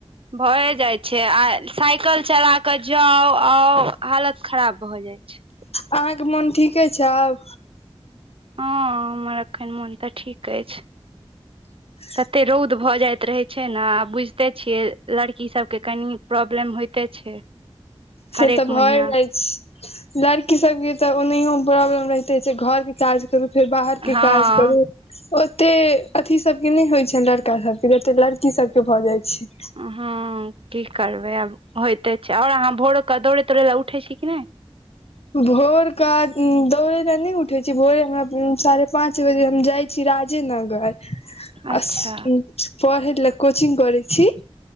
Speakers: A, on the right; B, on the left.
A: भए जाय छै आ साइकल चला के जाउ आउ हालत खराब भऽ जाय छै
B: अहाँके मोन ठीके अछि आब
A: हँ हमर एखन मोन तऽ ठीक अछि
B: <inaudible>
A: तते रौद भऽ जाइत रहे छै ने आ बुझते छिये लड़की सब के कनि प्रॉब्लम होते छै हरेक
B: से तऽ भय
A: महीना
B: जाइ छै लड़की सबके तऽ ओनहियो प्रॉब्लम रहिते छै घरके काज करू फेर बाहर के
A: हँ
B: काज करू ओते अथी सभके नहि होइत छ लड़का सभके जते लड़की सभके भऽ जाइत छै
A: हँ की करबै आब होयइते छै आओर अहाँ भोर क दौड़े तौड़े लए उठे छी कि नहि
B: भोर क दौड़े ल नहि उठे छी भोरे मे साढ़े पाच बजे हम जाइ छी राजेनगर आ
A: अच्छा
B: पढ़ैे लै कोचिंग करै छी